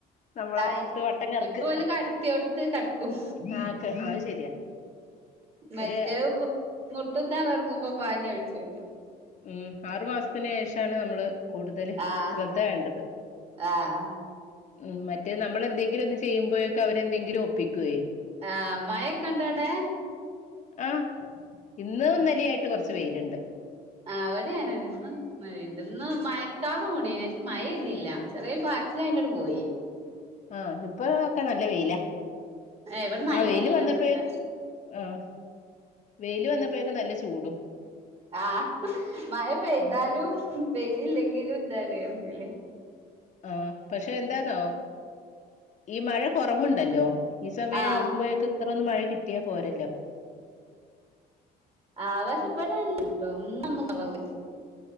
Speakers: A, on the left; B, on the right.
A: നമ്മളെ
B: ആയി
A: ട്ട് വട്ടം കറക്ക്
B: ഇപ്പൊ ഓല് കടത്തിയോടത്ത് കടക്കും
A: ആ അത് ശരിയാ
B: മറ്റേ
A: ഒരു
B: മുട്ട്ത്താൻ ഇറങ്ങുമ്പോ പാഞ്ഞഴിച്ചല്ലോ
A: ഉം ആറു മാസത്തിന് ശേഷാണ് നമ്മള് കൂടുതൽ
B: ആഹ്
A: ശ്രദ്ധ വേണ്ടത്
B: ആഹ്
A: മ മറ്റേ നമ്മളെന്തെങ്കിലും ഒന്ന് ചെയ്യുമ്പോഴേക്കെ അവരെന്തെങ്കിലും ഒപ്പിക്കുവേ
B: ആ മയൊക്കെ ഉണ്ടോവിടെ
A: ആ ഇന്നും ഇനലിയായിട്ട് കുറച്ച് വെയിലുണ്ട്
B: അവിടെയനും ഇന്ന് മയ ഉണ്ട് മയക്കാറ് വെ മുടന പക്ഷെ മഴ ഇതില്ല ചെറിയൊരു പാറ്റില അങേടെ പോയി
A: ആഇപ്പ ഒക്കെ നല്ല വെയില
B: ഏഹ് ഇവിടെ നല്ല
A: ആ വെയില്
B: വെയിലൊന്നുല്ല
A: വന്നപ്പോ ആ വെയില് വന്നപ്പോഴേൊക്കെ നല്ല ചൂടും
B: ആ മഴ പെയ്താലും
A: ഉം
B: പെയ്തില്ലെങ്കിലും ഇന്താണല്ലേ
A: ആ പക്ഷെ എന്താന്നോ ഈ മഴ കൊറവുണ്ടല്ലോ ഈ സമയംവുമ്പോഴേക്ക
B: ആഹ്
A: ഇത്രൊന്ന് മഴ കിട്ടിയാ പോരല്ലോ
B: ആവശ ഇപ്പട ട്ടോ ഒന്നന്ന് കുറവ്